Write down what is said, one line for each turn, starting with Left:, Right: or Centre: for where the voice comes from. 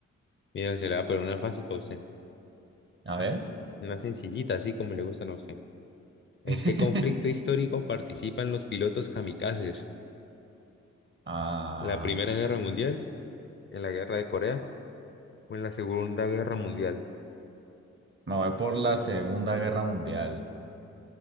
Left: Mira, se le va a poner una fácil para usted.
Right: A ver.
Left: Una sencillita, así como le gustan a usted. ¿En
Right: <laughs>
Left: qué conflicto histórico participan los pilotos kamikazes?
Right: Ah.
Left: ¿En ¿La Primera Guerra Mundial? ¿En la Guerra de Corea? Fue en la Segunda Guerra Mundial.
Right: Me voy por la Segunda Guerra Mundial.